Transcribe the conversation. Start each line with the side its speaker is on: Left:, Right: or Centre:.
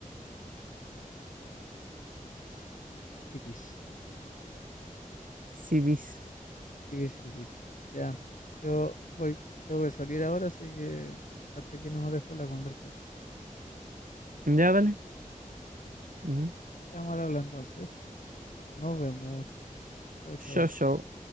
Left: tipis, tipis,
Right: Sí, bis.
Left: tipis, tipis. Ya, yo voy, tengo que salir ahora, así que hasta aquí no nos dejo la conversación.
Right: Ya,
Left: Dale.
Right: dale. Ujú.
Left: Vamos a hablar entonces. Nos vemos. Chao, chao.
Right: Yo, yo.